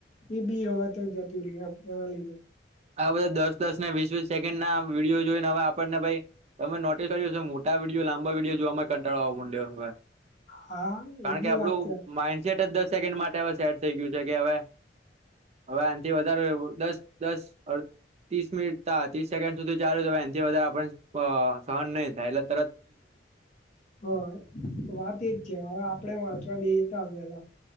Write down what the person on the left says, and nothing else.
એ બી હવા તો જતું રહી આમ એના લીધે
હા
એ બી
વાત છે
હા વાત એજ છે હવે આપણેે વાંચવા બે પેલા